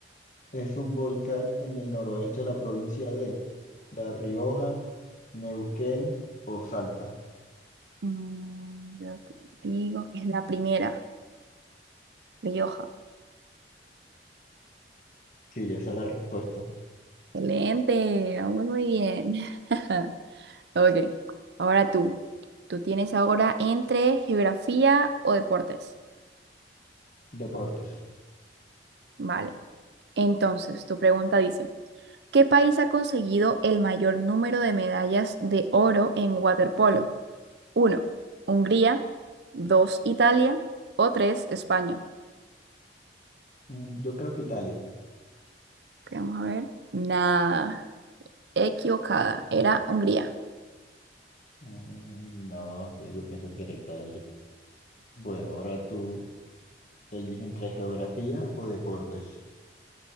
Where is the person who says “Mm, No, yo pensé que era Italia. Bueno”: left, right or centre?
Left